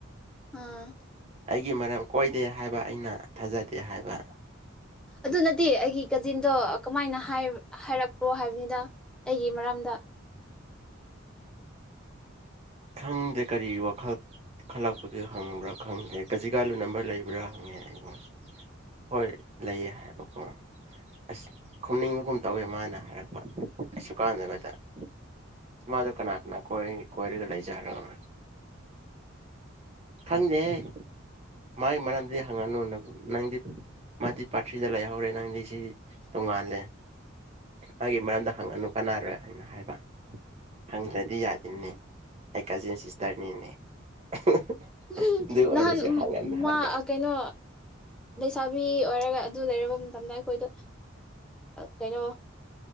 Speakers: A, in the centre; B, on the right (about 30°).
A: ꯑꯝ
B: ꯑꯩꯒꯤ ꯃꯔꯝ ꯀꯣꯏꯗꯦ ꯍꯥꯏꯕ ꯑꯩꯅ ꯊꯥꯖꯗꯦ ꯍꯥꯏꯕ
A: ꯑꯗꯨꯅꯗꯤꯦ ꯑꯩꯒꯤ ꯀꯖꯤꯟ ꯑꯗꯣ ꯀꯃꯥꯏꯅ ꯍꯥꯏꯔꯛꯄ꯭ꯔꯣ ꯍꯥꯏꯕꯅꯤꯗ ꯑꯩꯒꯤ ꯃꯔꯝꯗ
B: ꯈꯪꯗꯦ ꯀꯔꯤ ꯋꯥꯈꯜ ꯈꯜꯂꯛꯄꯒꯤ ꯍꯪꯕ꯭ꯔꯥ ꯈꯪꯗꯦ ꯀꯖꯤꯒꯥꯥꯂꯨ ꯅꯝꯕꯔ ꯂꯩꯕ꯭ꯔꯥ ꯍꯪꯉꯦ ꯑꯩꯕꯣ ꯍꯣꯏ ꯂꯩꯌꯦ ꯍꯥꯏꯕꯀꯣ ꯑꯁ ꯈꯨꯝꯅꯤꯡꯕꯒꯨꯝ ꯇꯧꯋꯦ ꯃꯥꯅ ꯁꯨ ꯀꯥꯦꯇ <unintelligible> ꯃꯥꯗꯨ ꯀꯅꯥꯒ ꯅꯅꯥ ꯀ <unintelligible> ꯀꯣꯏꯔꯤꯗ ꯂꯩ ꯆꯔꯣ <unintelligible> ꯈꯪꯗꯦꯍ ꯃꯥꯒꯤ ꯃꯔꯝꯗꯤ ꯍꯪꯉꯅꯨ ꯅꯕꯨ ꯅꯪꯗꯤ ꯃꯥꯗꯤ ꯄꯥꯔꯊ꯭ꯔꯤꯗ ꯂꯩꯍꯧꯔꯦ ꯅꯪꯗꯤ ꯁꯤ ꯇꯣꯉꯥꯜꯂꯦ ꯃꯥꯒꯤ ꯃꯔꯝꯗ ꯍꯪꯉꯅꯨ ꯀꯅꯥꯔꯣꯏ ꯑꯅ ꯍꯥꯏꯕ ꯍꯪꯗ꯭ꯔꯗꯤ ꯌꯥꯗꯤꯅꯦ ꯑꯩ ꯀꯖꯤꯟ ꯁꯤꯁꯇꯔꯅꯤꯅꯦ <unintelligible>
A: ꯎꯝ
B: ꯑꯗꯨ ꯑꯣꯏꯔꯁꯨ
A: ꯅꯍꯥꯟ
B: ꯍꯪꯉꯅꯨ ꯍꯥꯏꯕ
A: ꯃꯥ ꯀꯩꯅꯣ ꯑꯁꯥ ꯃꯤ ꯑꯣꯏꯔꯒ ꯑꯗꯨ ꯂꯩꯔꯕ ꯃꯇꯝꯗ ꯑꯩꯈꯣꯏꯗꯣ ꯀꯩꯅꯣ